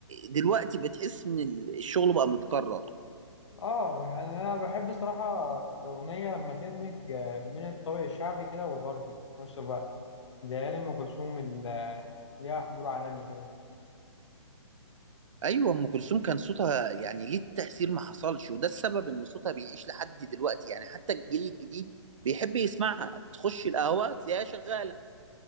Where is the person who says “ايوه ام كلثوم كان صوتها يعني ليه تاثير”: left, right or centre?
Right